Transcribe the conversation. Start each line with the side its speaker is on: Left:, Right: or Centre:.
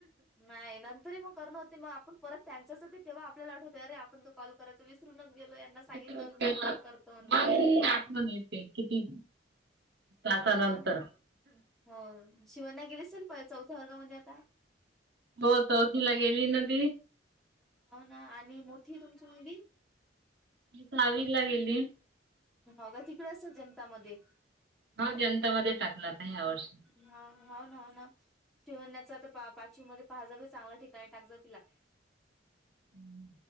Centre: नाही नंतरही मग करण होते मग आपण परत त्यांच्याच तेव्हा आपल्याला आठवते अरे तर कॉल करायचं विसरून गेलो यांना सांगितलं
Right: मग
Centre: होत नंतर करतो म्हणून
Right: आठवण येते किती तासानंतर.
Centre: हा ना हो शिवंन्या गेली असेल चौथ्या वर्गामध्ये आता
Right: हो चौथी ला गेली न ती
Centre: हो ना आणि मोठी तुमची मुलगी
Right: ती सहावीला गेली
Centre: हो का तिकडे असं जनतामध्ये
Right: हा जनतामध्ये टाकल आता ह्या वर्षी
Centre: हा हो ना हो ना शिवंण्याच आता पाचवी मध्ये पहाज ब चांगल्या ठिकाणी टाकजा तिला
Right: हम्म